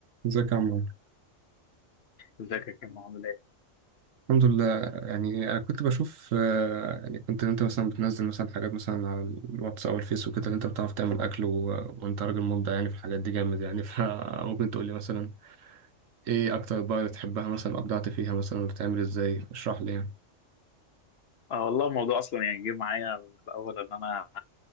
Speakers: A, on the right; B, on the left.
A: ازيك يا عمار
B: ازيك يا كريم عامل ايه؟
A: الحمد لله يعني انا كنت بشوف آه، يعني كنت انت مثلا بتنزل مثلا حاجات مثلا على الواتس او الفيس وكده اللي انت بتعرف تعمل اكل و... وانت راجل مبدع يعني في الحاجات دي جامد يعني <laughs> فممكن تقول لي مثلا ايه اكتر بقى اللي تحبها مثلا ابدعت فيها مثلا بتعمل ازاي اشرح لي يعني
B: اه والله الموضوع اصلا يعني جه معايا من الاول ان انا